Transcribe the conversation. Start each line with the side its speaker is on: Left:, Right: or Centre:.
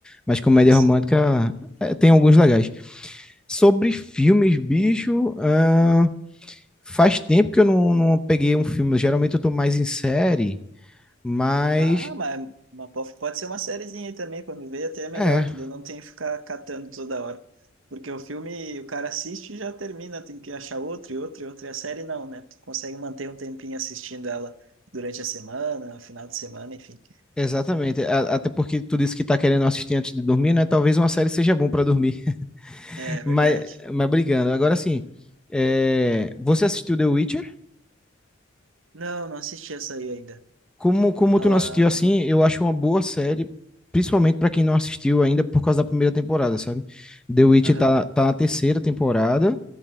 Centre: Mas comédia
Right: Ah, sim.
Centre: romântica é, tem alguns legais. Sobre filmes, bicho, ahn, faz tempo que eu não, não peguei um filme. Geralmente eu tô mais em série, mas
Right: Ah, mas, mas po- pode ser uma sériezinha aí também, quando vê até é melhor,
Centre: é.
Right: que daí eu não tenho que ficar catando toda hora. Porque o filme, o cara assiste e já termina, tem que achar outro e outro e outro, e a série não, né? Tu consegue manter um tempinho assistindo ela durante a semana, final de semana, enfim.
Centre: Exatamente, A- até porque tu disse que tá querendo assistir antes de dormir, né? Talvez uma série seja bom pra dormir, <laughs>
Right: É,
Centre: mas,
Right: verdade.
Centre: mas brincando. Agora sim, é, você assistiu The Witcher?
Right: Não, não assisti essa aí ainda.
Centre: Como, como
Right: Ela...
Centre: tu não assistiu assim, eu acho uma boa série, principalmente pra quem não assistiu ainda por causa da primeira temporada, sabe? The Witcher
Right: Aham.
Centre: tá, tá na terceira temporada,